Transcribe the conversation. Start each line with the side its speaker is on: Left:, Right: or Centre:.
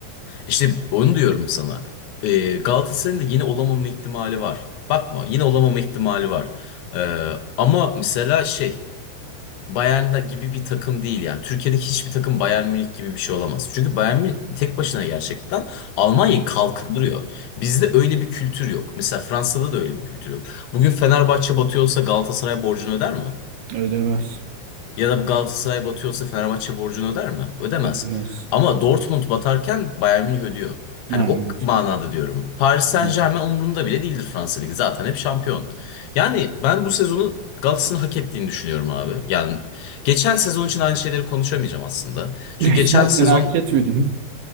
Left: İşte onu diyorum sana. Ee, Galatasaray'ın da yine olamama ihtimali var. Bakma yine olamama ihtimali var. Ee, ama mesela şey Bayern'da gibi bir takım değil yani. Türkiye'deki hiçbir takım Bayern Münih gibi bir şey olamaz. Çünkü Bayern Münih tek başına gerçekten Almanya'yı kalkındırıyor. Bizde öyle bir kültür yok. Mesela Fransa'da da öyle bir kültür yok. Bugün Fenerbahçe batıyorsa Galatasaray borcunu öder mi?
Right: Ödemez.
Left: Ya da Galatasaray batıyorsa Fenerbahçe borcunu öder mi? Ödemez.
Right: Ödemez.
Left: Ama Dortmund batarken Bayern Münih ödüyor. Hani
Right: Ha
Left: o
Right: evet.
Left: manada diyorum. Paris Saint-Germain
Right: <laughs>
Left: umurunda bile değildir Fransa Ligi. Zaten hep şampiyon. Yani ben bu sezonu Galatasaray'ın hak ettiğini düşünüyorum abi. Yani geçen sezon için aynı şeyleri konuşamayacağım aslında. Çünkü
Right: Geçen
Left: geçen sezon
Right: sene hak etmedi